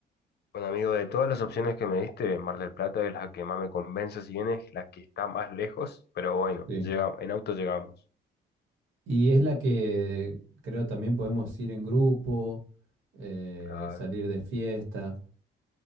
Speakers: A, on the left; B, on the right.
A: Bueno, amigo, de todas las opciones que me diste, Mar del Plata es la que más me convence, si bien es la que está más lejos, pero bueno,
B: Sí.
A: llega, en auto llegamos.
B: Y es la que creo también podemos ir en grupo, eh,
A: Claro.
B: salir de fiesta,